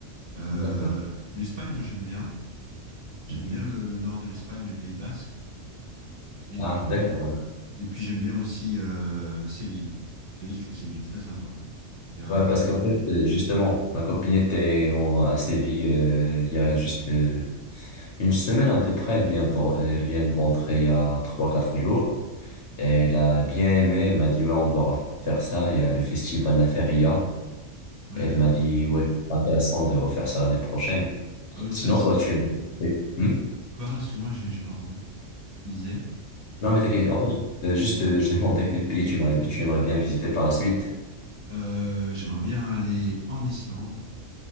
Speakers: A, on the right (about 45°); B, on the left (about 65°).
A: Euh,
B: D'accord.
A: l'Espagne, moi j'aime bien. J'aime
B: Mhm.
A: bien le, le nord de l'Espagne, le Pays Basque. Et
B: Ah,
A: puis
B: d'accord. Ouais.
A: Et puis j'aime bien aussi euh, Séville. Séville, je trouve que c'est une ville très sympa. Il y a...
B: Ouais, parce qu'en fait, euh, justement, ma copine était en- à Séville euh, il y a juste euh, une semaine à peu près. Elle vient de, re- elle vient de rentrer il y a trois quatre jours. Et elle a bien aimé. Elle m'a dit, ouais, on doit refaire ça. Il y a le festival La Feria.
A: Ouais,
B: Et
A: d'accord.
B: elle m'a dit, ouais, c'est intéressant de refaire ça l'année prochaine.
A: Ah oui,
B: Sinon,
A: ça, je-
B: toi, tu aimerais... Hmm
A: pardon, excuse-moi, j'ai j'ai pas entendu. Tu disais?
B: Non, mais t'inquiète. En fait, euh, juste, euh, je demandais quel pays tu aimerais, tu aimerais bien visiter par la suite.
A: Euh, j'aimerais bien aller en Islande.